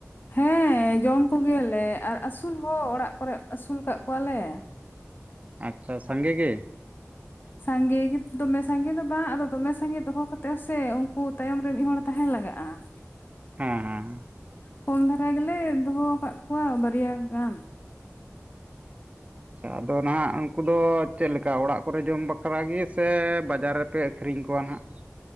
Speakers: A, on the left; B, on the right.
A: ᱦᱮᱸᱻ, ᱡᱚᱢ ᱠᱚᱜᱮᱹᱭᱟᱞᱮ ᱟᱨ ᱟᱥᱩᱞ ᱦᱚᱻ ᱚᱲᱟᱜ ᱠᱚᱨᱮᱜ ᱟᱹᱥᱩᱞ ᱠᱟᱜ ᱠᱚᱣᱟᱞᱮᱻ᱾
B: ᱟᱪᱪᱷᱟ ᱥᱟᱸᱜᱮ ᱜᱮ?
A: ᱥᱟᱸᱜᱮ, ᱜᱮ ᱫᱚᱢᱮ ᱥᱟᱸᱜᱮ ᱫᱚ ᱵᱟᱸ, ᱟᱫᱚ ᱫᱚᱢᱮ ᱥᱟᱸᱜᱮ ᱫᱚᱦᱚ ᱠᱟᱛᱮᱜ ᱦᱚᱥᱮ ᱩᱝᱠᱩ ᱛᱟᱭᱚᱢ ᱨᱮ ᱢᱤᱜ ᱦᱚᱲ ᱛᱟᱦᱮᱸ ᱞᱟᱜᱟᱜᱼᱟᱸ᱾
B: ᱦᱟᱸ, ᱦᱟᱸ, ᱦᱟᱸ!
A: ᱠᱚᱢ ᱫᱷᱟᱨᱟ ᱜᱮᱞᱮᱻ ᱫᱚᱦᱚ ᱠᱟᱜ ᱠᱚᱣᱟᱻ ᱵᱟᱨᱭᱟ ᱜᱟᱱ᱾
B: ᱪᱟ ᱟᱫᱚ ᱱᱟᱦᱟᱜ, ᱩᱝᱠᱩ ᱫᱚ ᱪᱮᱜ ᱞᱮᱠᱟ, ᱚᱲᱟᱜ ᱠᱚᱨᱮ ᱡᱚᱢ ᱵᱟᱠᱷᱨᱟ ᱜᱮ ᱥᱮ ᱵᱟᱡᱟᱨ ᱨᱮ- -ᱯᱮ ᱟᱹᱠᱷᱨᱤᱧ ᱠᱚᱣᱟ ᱱᱷᱟᱜ?